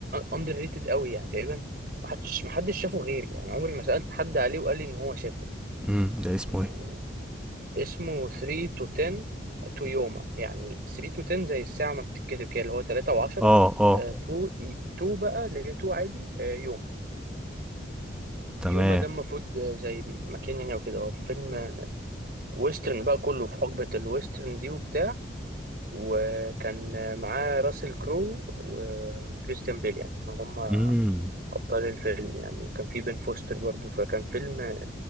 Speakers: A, on the right; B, in the centre.
A: اندر ريتد قوي يعني تقريبا ما حدش ما حدش شافه غيري يعني عمري ما سالت حد عليه وقال لي ان هو شافه
B: امم ده اسمه
A: يعني
B: ايه
A: اسمه 3 to 10 to يوما يعني 3 to 10 زي الساعة ما بتتكتب كده اللي هو 3 و10
B: اه اه
A: تو تو بقى اللي هي تو عادي آه، يوما
B: تمام
A: يوما ده المفروض آه، زي مكان يعني وكده هو فيلم آه، ويسترن بقى كله في حقبة الويسترن دي وبتاع وكان آه، معاه راسل كرو و- وكريستيان بيل يعني هم
B: امم
A: أبطال الفيلم يعني وكان في بن فوستر برضو فكان فيلم